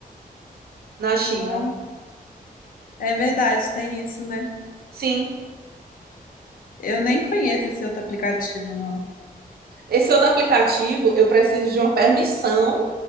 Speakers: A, on the right; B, on the left.
A: na China.
B: Não, é verdade, tem isso, né?
A: Sim,
B: Eu nem conheço esse outro aplicativo, não.
A: esse outro aplicativo, eu preciso de uma permissão,